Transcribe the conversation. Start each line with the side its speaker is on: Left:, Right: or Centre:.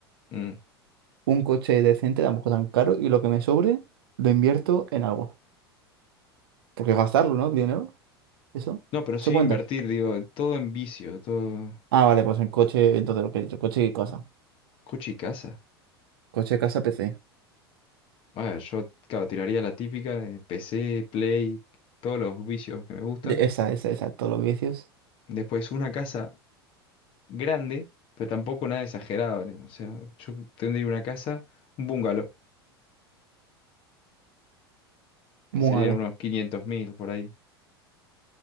Left: Mm.
Right: Un coche decente, tampoco tan caro, y lo que me sobre, lo invierto en algo. Porque gastarlo, ¿no? Dinero, eso,
Left: No, pero
Right: eso
Left: sin
Right: cuenta.
Left: invertir, digo, todo en vicio, todo
Right: Ah, vale, pues en coche, entonces lo que he dicho, coche y casa.
Left: coche y casa.
Right: Coche, casa, PC.
Left: Ah, yo, claro, tiraría la típica de PC, Play, todos los vicios que me gustan.
Right: De- Esa, esa, esa, todos los vicios.
Left: Después una casa grande, pero tampoco nada exagerado. ¿no? O sea, yo tendría una casa, un bungalow,
Right: Muy
Left: que serían
Right: malo,
Left: unos 500 mil por ahí.